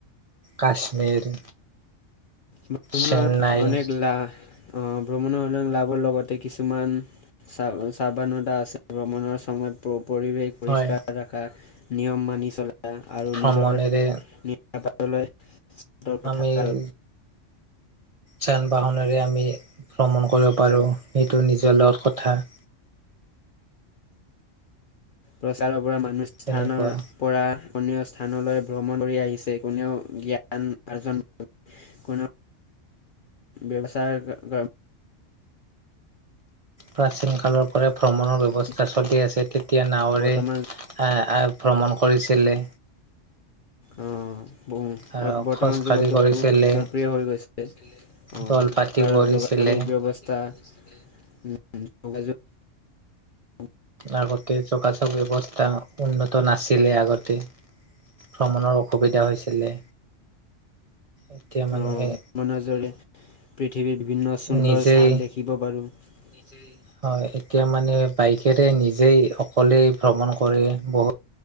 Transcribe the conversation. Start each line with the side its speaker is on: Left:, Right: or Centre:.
Right: কাশ্মীৰ।
Left: ভ্ৰমনৰ
Right: চেন্নাই
Left: অনেক লা অহ ভ্ৰমণৰ লাভৰ লগতে কিছুমানাৱ সাৱধানতা আছে ভ্ৰমণৰ সময়ত প্ৰ পৰিৱেশ পৰিষ্কাৰ
Right: হয়
Left: ৰখা, নিয়ম মানি চলা আৰু
Right: ভ্ৰমণেৰে
Left: নিজৰ <unintelligible>
Right: আমিৰ
Left: থকা
Right: যান বাহনেৰে আমি ভ্ৰমণ কৰিব পাৰো সেইটো নিজৰ লগত কথা <unintelligible>
Left: প্ৰচাৰৰ পৰা মানুহ স্থানৰ
Right: তেনেকুৱা
Left: পৰা অন্য স্থানলৈ ভ্ৰমণ কৰি আহিছে কোনেও জ্ঞান আৰ্জন কৰিব কোনো ব্যৱসায়
Right: প্ৰাচীন কালৰ পৰা ভ্ৰমণৰ ব্যৱস্থা
Left: কৰে
Right: চলি আছে তেতিয়া নাৱৰে
Left: বৰ্তমান
Right: এ এ ভ্ৰমণ কৰিছিলে
Left: অহ',
Right: আৰু
Left: বৰ্তমান
Right: খোজকাঢ়ি
Left: যুগতো
Right: কৰিছিলে
Left: জনপ্ৰিয় হৈ গৈছে। অঁ
Right: দল পাতি
Left: কাৰণ
Right: কৰিছিলে
Left: যোগাযোগ ব্যৱস্থা যোগাযোগ অ
Right: আগতে যোগাযোগ ব্যৱস্থা উন্নত নাছিলে আগতে ভ্ৰমণৰ অসুবিধা হৈছিলে এতিয়া মানুহে
Left: অহ ভ্ৰমণৰ জৰিয়তে পৃথিৱীৰ বিভিন্ন সুন্দৰ
Right: নিজেই
Left: স্থান দেখিব পাৰো নিজেই
Right: হয় এতিয়া মানে বাইকেৰে নিজেই অকলেই ভ্ৰমণ কৰে বহুত